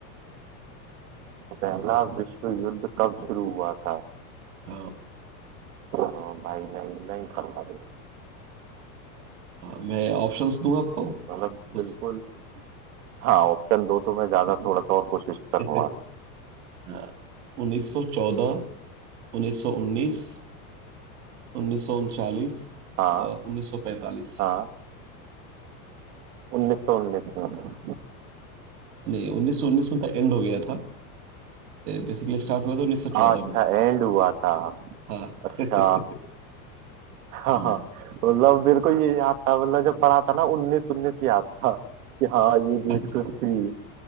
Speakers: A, on the right; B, on the right.
A: पहला विश्व युद्ध कब शुरू हुआ था
B: हाँ
A: हाँ, भाई नहीं नहीं पता
B: हाँ, मैं ऑप्शंस दूं आपको
A: मतलब
B: उस
A: बिल्कुल हाँ ऑप्शन दो तो मैं ज्यादा थोड़ा सा और कोशिश करूंगा
B: <laughs> हाँ, उन्नीस सौ चौदह उन्नीस सौ उन्नीस उन्नीस सौ उनचालीस
A: हाँ
B: और उन्नीस सौ पैंतालीस
A: हाँ उन्नीस सौ उन्नीस में
B: नहीं उन्नीस सौ उन्नीस में तो एंड हो गया था बेसिकली स्टार्ट हुआ था उन्नीस सौ
A: हाँ,
B: चौदह
A: अच्छा
B: में
A: एंड हुआ था
B: हाँ
A: अच्छा
B: <laughs>
A: हाँ
B: हम्म
A: मतलब मेरे को ये याद था मतलब जब पढ़ा था ना उन्नीस उन्नीस याद था कि हाँ ये डेट
B: अच्छा
A: कुछ थी